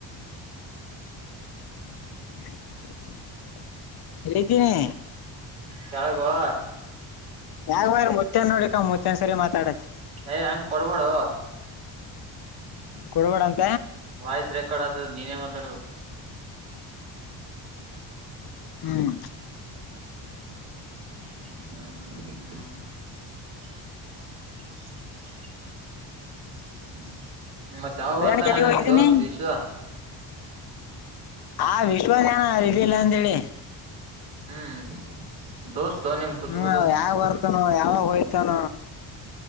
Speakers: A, on the left; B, on the right.
A: <inaudible> ಎಲ್ಲಿದ್ದೀನಿ
B: ಕೇಳಲ್ವೋ
A: ಹೋಗ್ಯಾರಾ ಮುತನ್ ನೋಡಿಕ ಮುತನ್ ಸರಿ ಮಾತಾಡತ್ತತಿ
B: ಏ ಹೆಂಗ್ ಕೊಡಬೇಡವೋ
A: ಕೊಡಬೇಡ ಅಂತ
B: ವಾಯ್ಸ್ ರೆಕಾರ್ಡ್ ಆದದ ನೀನೇ ಮಾತಡು
A: ಹ್ಮ್
B: <unintelligible> <unintelligible> ಮತ್ತತ್ ಯಾವ ಬರ್ತಾನ
A: ಏನ್ ಕೆಲಿಗೆ
B: ನಿಮ್
A: ಹೋಗಿದ್ದೀನಿ
B: ದೋಸ್ತ್ ವಿಶ್ವ
A: ಹಾ ವಿಶ್ವನಿಗೆಇದು ಇಲ್ಲ ಅಂತ ಹೇಳಿ
B: ಹ್ಮ್ ದೋಸ್ತ ನಿಮ್ ಕುಚುಗು
A: ಹ್ಮ
B: ದೋಸ್ತ್
A: ಯಾವ ಬರ್ತಾನ ಯಾವಾಗ ಹೋಯ್ತಾನ